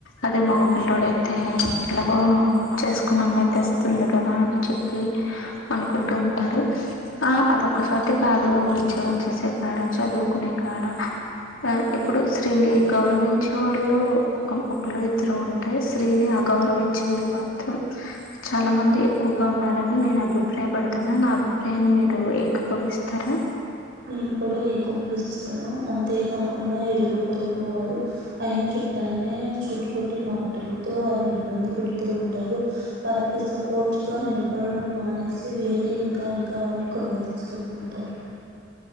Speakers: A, on the left (about 80°); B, on the right (about 55°).
A: అదే మగపిల్లోడై అయితే ఎలాగో చేసుకున్నామయి అయితే వస్తుంది కదా అని చెప్పి అనుకుంటూ ఉంటారు ఆ అదొక్క చోటే కాదు ఉద్యోగం చేసే కాడ చదువుకునే కాడ ఆ ఇప్పుడు స్త్రీని గౌరవించే వాళ్ళు ఒక ఒకళు ఇద్దరు ఉంటే స్త్రీని అగౌరవించే వాళ్ళు మాత్రం చాలా మంది ఎక్కువగా ఉన్నారని నేను అభిప్రాయపడుతున్నా నా అభిప్రాయాన్ని మీరు ఏకభవిస్తారా
B: నేను కూడా ఎక్కువ ఏకీభవిస్తాను అంతేకాకుండా ఇరుగు పరుగు వారు అయిన చుట్టల్నే చుట్టు పొట్టి మాట్ మాటలతో వారిని ఇబ్బంది పెడుతూ ఉంటారు వారికి సపోర్ట్గా నిలబడడం మానేసి వేరే ఇంకా ఇంకా వారిని క్రుంగతీస్తూ ఉంటారు